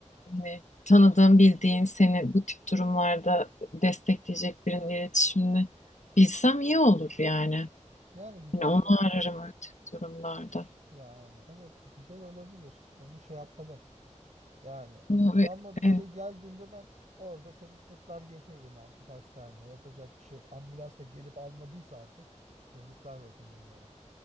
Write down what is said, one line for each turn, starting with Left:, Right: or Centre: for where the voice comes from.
Left: hani tanıdığın bildiğin seni bu tip durumlarda destekleyecek birinin iletişimini bilsem iyi olur yani.
Right: Yani güzel
Left: Hani onu
Right: olabilir.
Left: ararım öyle tip durumlarda.
Right: Yani evet güzel olabilir. Onu şey yapalım. Yani
Left: Ama ve-
Right: ama böyle
Left: e,
Right: geldiğimde ben orada seni sırtlar götürürüm artık hastaneye. Yapacak bir şey yok. Ambulans da gelip almadıysa artık yazıklar olsun bunlara.